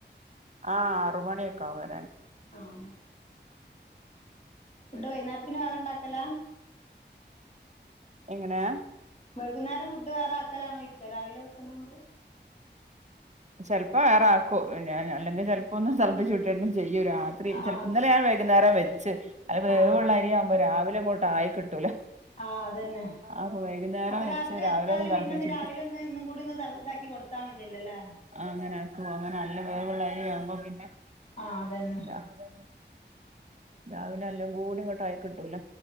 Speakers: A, on the right; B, on the left.
A: ആഹ് ആറ് മണിയൊക്കെ ആവും വരാൻ
B: ആഹ് ഫുഡ് വൈകുന്നേരത്തിന് വേറെണ്ടാക്കല
A: എങ്ങനെ
B: വൈകുന്നേരം ഫുഡ് വേറെ ആക്കലാണോ <unintelligible> രാവിലെ വെക്കണൊണ്ട്
A: ചേലപ്പോ വേറൊക്കൂ ഞ അല്ലെങ്കിൽ ചിലപ്പോ ഒന്ന് തിളപ്പിച്ച് ഉറ്റണ്ട് ചെയ്യും രാ- ത്രി
B: ആഹ്
A: ചിലപ്പോ ഇന്നലെ ഞാൻ വൈകുന്നേരം വെച്ച് അത് വേവുള്ള
B: ആഹ്
A: അരിയാവുമ്പോ രാവിലെ ഇങ്ങോട്ട് ആയി കിട്ടൂല
B: ആഹ് അതന്നെ
A: അപ്പൊ വൈകുന്നേരം
B: അപ്പ രാത്- രാത്രി
A: വെച്ച്
B: വെച്ചാല്
A: രാവിലെ
B: പിന്നെ
A: തിളപ്പിച്ച്
B: ഒന്ന് രാവിലെ
A: വിട്ടു
B: ഒന്ന് ഇന്നും കൂടി ഒന്ന് ഇതാക്കി കൊടുത്താൽ മതിയല്ലോ അല്ലേ
A: അങ്ങനക്കു അങ്ങനെഅല്ല വേവുള്ള അരി ആവുമ്പോ പിന്നെ
B: ആഹ് അതന്നെ
A: ഇതാ അതെ രാവിലെ എല്ലാം കൂടി ഇങ്ങോട്ടായിക്കിട്ടൂല്ല